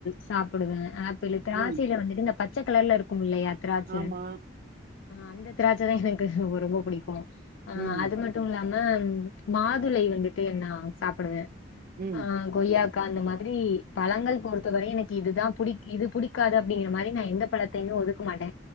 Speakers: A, on the left; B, on the right.
A: சாப்புடுவே ஆப்பிள் திராட்சையில
B: ம்
A: வந்துட்டு இந்த பச்சை கலர்ல இருக்கு இல்லயா திராட்ச
B: ஆமா
A: ஆஹ் அந்த திராட்ச தா எனக்கு ரொம்ப பிடிக்கு ஆஹ்
B: ம்
A: அது நான மட்டு மட்டு இல்லாம மாதுளை வந்துட்டு நா சாப்புடுவே
B: ம்
A: ஆஹ் கொய்யா அந்த மாதிரி பழங்கள் பொறுத்தவரை எனக்கு இதுதா புடிக் இது புடிக்காது அப்படிங்கிற மாறி நா எந்த பழத் அப்டின்னு ஒதுக்க மாட்டே